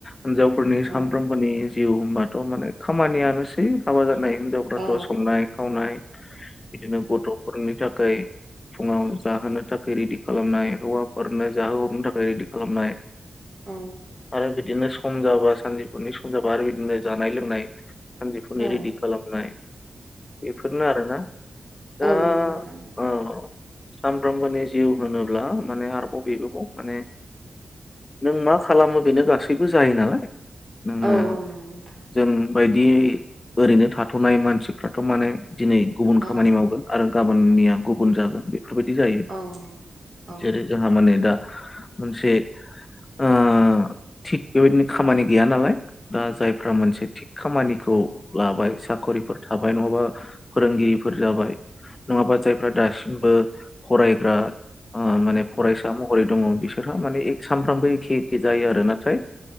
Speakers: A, on the left; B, on the right.
A: हिनजावफोरनि
B: औ
A: सानफ्रोमबोनि जिउ होमबाथ' माने खामानियानोसै हाबा जानाय हिनजावफ्राथ'
B: औ
A: संनाय खावनाय बिदिनो गथ'फोरनि थाखाय फुङाव जाहोनो थाखाय रेडि खालामनाय हौवाफोरनो जाहोहरनो थाखाय रेडि खालामनाय
B: औ।
A: आरो बिदिनो सम जाबा सानजौफुनि सम जाबा आरो बिदिनो जानाय लोंनाय सानजौफुनि
B: औ
A: रेडि खालामनाय। बेफोरनो आरोना दा
B: औ
A: औ।
B: नंगौ नोंथां
A: सानफ्रोमबोनि जिउ होनोब्ला माने आरोबाव बेबोबाव माने नों मा खालामो बेनो गासैबो जायो नालाय। नोङो
B: औ औ नंगौ नोंथां
A: जों बायदि ओरैनो थाथ'नाय मानसिफ्राथ' माने दिनै गुबुन
B: औ
A: खामानि मावगोन आरो गाबोननिया गुबुन जागोन बे। बेफोरबायदि जायो,
B: औ नंगौ औ
A: जेरै जोंहा माने दा मोनसे ओ थिग बेबायदिनो खामानि गैया नालाय दा जायफ्रा मोनसे थिग खामानिखौ लाबाय साखरिफोर थाबाय नङाबा फोरोंगिरिफोर जाबाय नङाबा जायफ्रा दासिमबो फरायग्रा ओ माने फरायसा महरै दङ। बिसोरहा माने एक सानफ्रामबो एखे एखे जायो आरो नाथाय